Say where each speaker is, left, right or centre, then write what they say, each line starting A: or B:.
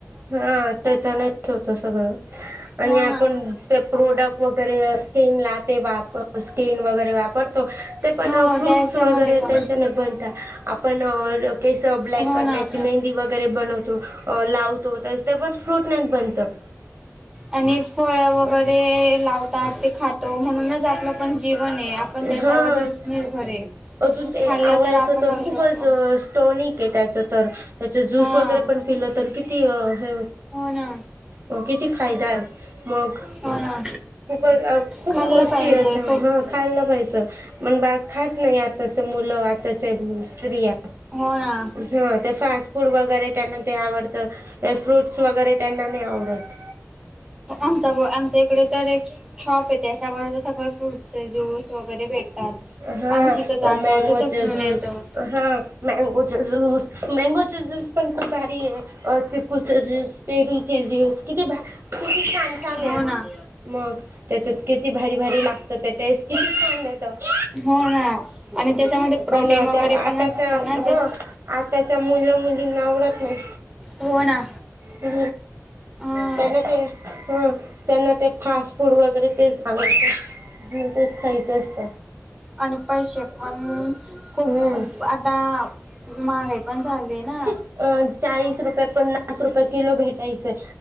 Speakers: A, on the right; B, on the right.
A: हा त्याच नाहीच होत सगळं. आणि
B: हो
A: आपण
B: ना
A: ते प्रोडक्ट वगैरे स्किन लाते वापर स्किन वगैरे वापरत ते पण
B: हो
A: फ्रूट्स
B: त्याच्यामध्ये
A: वगैरे
B: पण
A: त्यांच्याने पण आपण केस ब्लॅक
B: हो
A: करण्याची
B: ना
A: मेहंदी वगैरे बनवतो. लावतो तर ते पण फ्रूट नाहीत बनतं
B: आणि फळ वगैरे लाव ते खातो म्हणूनच आपलं पण जीवन आहे. आपण त्याच्यावरच
A: हा
B: निर्भर आहे
A: अजून ते
B: खाल्लं
A: आवडयचं
B: आपण
A: तर
B: राहू
A: खूपच
B: शकतो
A: टोनिक आहे त्याचं तर त्याच ज्यूस
B: हा
A: वगैरे पण पिलं तर किती हे
B: हो ना.
A: हो किती फायदा मग
B: हो ना
A: खूपच खूप
B: खाल्लं
A: गोष्टी
B: पाहिजे
A: अस ह.
B: खूप
A: खाल्लं पाहिजे मण बा खात नाही आता चे मुलं आता चे स्त्रिया.
B: हो ना
A: हा ते फास्ट फूड वगैरे त्यांना ते आवडतं फ्रूट्स वगैरे त्यांना नाही आवडत.
B: आमचा आमच्या इकडे तर एक शॉप आहे त्याच्यावर सगळं फ्रूटस ज्यूस वगैरे भेट आम्ही
A: हा
B: तिथे जातो
A: मँगोचे
B: तिथे पिऊन
A: ज्यूस
B: येतो.
A: हा मॅंगोच जूस मॅंगोच जुस पण खूप भारी आहे चिकुचे जुस, पेरूचे जुस किती भ किती छान छान
B: हो
A: आहे
B: ना
A: मग. त्याच्यात किती भारी, भारी लागतं त्या टेस्ट किती छान देतात.
B: हो ना आणि त्याच्यामध्ये प्रोटीन
A: पण
B: वगैरे
A: त्या आताचा
B: पण असतं ना त्या
A: ह आताच्या मुला मुलीना आवडत नाही.
B: हो ना.
A: ह
B: हा
A: त्यांना ते. हा त्यांना ते फास्ट फूड वगैरे तेच आवडत. ह तेच खायचं असत.
B: आणि पैसे पण खूप
A: हम्म
B: आता महागाई पण झाली आहेना.
A: अं चाळीस रुपये, पन्नास रुपये किलो भेटायचे.